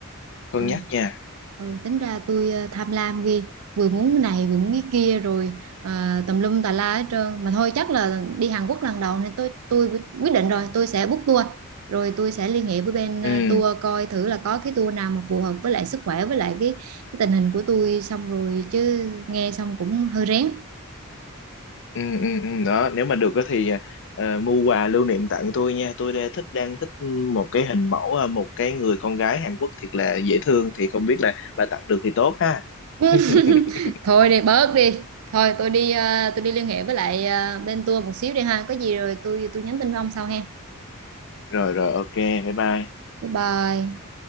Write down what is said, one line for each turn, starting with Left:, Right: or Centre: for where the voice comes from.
Left: cân
Right: ừ,
Left: nhắc nha
Right: ừ tính ra tôi ờ, tham lam ghê vừa muốn cái này vừa muốn cái kia rồi ờ, tùm lum tà la hết trơn mà thôi chắc là đi Hàn Quốc lần đầu nên tôi tôi quyết định rồi tôi sẽ book tour rồi tôi sẽ liên hệ với bên ờ,
Left: ừ
Right: tour coi thử là có cái tour nào mà phù hợp với lại sức khỏe với lại cái, cái tình hình của tôi xong rồi chứ nghe xong cũng hơi rén
Left: ừ, ừ, ừ, đó nếu mà được á thì à, ờ, mua quà lưu niệm tặng tôi nha tôi đang thích đang thích một cái hình mẫu ờ, một cái người con gái Hàn Quốc thiệt là dễ thương thì không biết là bà tặng được thì tốt ha
Right: <laughs>
Left: <laughs>
Right: thôi đi bớt đi thôi tôi đi ờ, tôi đi liên hệ với lại ờ, bên tour một xíu đi ha có gì rồi tôi tôi nhắn tin với ông sau ha
Left: rồi rồi ok bye bye
Right: bye bye